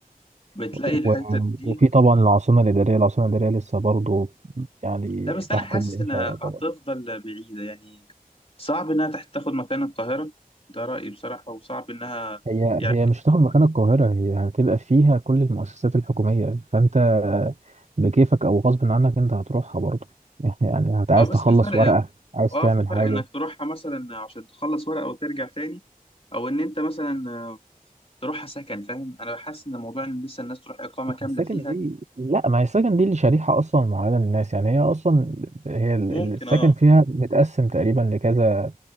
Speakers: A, on the left; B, on the right.
A: بتلاقي
B: و-
A: الحته دي
B: وفي طبعا العاصمة الإدارية العاصمة الإدارية لسه برضو يعني
A: لا بس انا
B: تحت
A: حاسس
B: الإنشاء
A: انها
B: طبعا
A: هتفضل بعيده يعني صعب انها تحت- تاخد مكان القاهره ده رايي بصراحه وصعب انها
B: هي
A: يعني
B: هي مش هتاخد مكان القاهرة هي هتبقى فيها كل المؤسسات الحكومية فأنت بكيفك أو غصب عنك أنت هتروحها برضو <laughs> يعني هت- عايز
A: اه بس
B: تخلص
A: في فرق
B: ورقة عايز
A: اه
B: تعمل
A: في فرق
B: حاجة
A: انك تروحها مثلا عشان تخلص ورقة وترجع تاني او ان انت مثلا آه، تروحها سكن فاهم انا بحس ان موضوع ان لسه الناس تروح اقامة كاملة
B: السكن
A: فيها
B: دي لا ما هي السكن دي اللي شريحة أصلا معينة للناس يعني هي أصلا هي ال-
A: ممكن
B: السكن
A: اه
B: فيها متقسم تقريبا لكذا